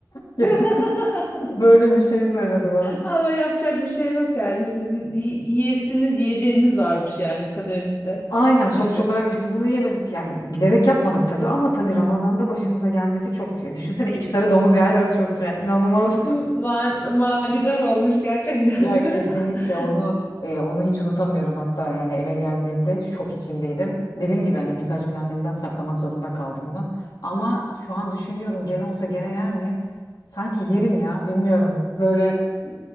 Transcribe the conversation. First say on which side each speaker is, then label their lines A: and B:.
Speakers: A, on the left; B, on the left.
A: Ya,
B: <laughs>
A: Böyle bir şey söyledi bana.
B: Ama yapacak bir şey yok yani. Sizin y- yiyesiniz, yiyeceğiniz varmış yani kaderinizde
A: Aynen sonuç
B: gibi.
A: olarak biz bunu yemedik yani bilerek yapmadık tabii ama tabii Ramazan'da başımıza gelmesi çok düşünsene iftarı domuz yağıyla açıyorsun ya inanılmaz.
B: <laughs> Man manidar olmuş gerçekten.
A: Ya kesinlikle
B: <laughs>
A: onu e, onu hiç unutamıyorum hatta yani eve geldiğimde şok içindeydim. Dediğim gibi hani birkaç gün annemden saklamak zorunda kaldım onu. Ama şu an düşünüyorum gene olsa gene yer miyim? Sanki yerim ya bilmiyorum böyle e,